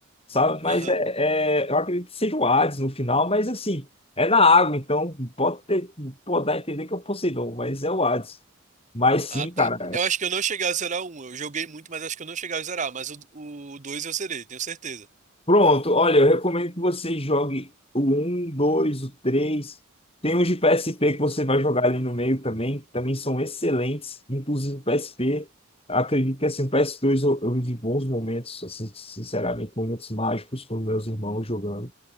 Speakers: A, on the left; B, on the right.
A: sabe? Mas
B: Aham.
A: é, é, eu acredito que seja o Hades no final, mas assim, é na água, então pode ter, pode dar a entender que é o Poseidon, mas é o Hades. Mas sim,
B: Ah, tá.
A: cara,
B: Eu acho que eu não cheguei a zerar um. Eu joguei muito, mas acho que eu não cheguei a zerar. Mas o, o dois eu zerei, tenho certeza.
A: Pronto, olha, eu recomendo que você jogue o um dois o três Tem uns de PSP que você vai jogar ali no meio também, que também são excelentes. Inclusive o PSP, acredito que assim, o PS2 eu, eu vivi bons momentos, assim, sinceramente, momentos mágicos com meus irmãos jogando.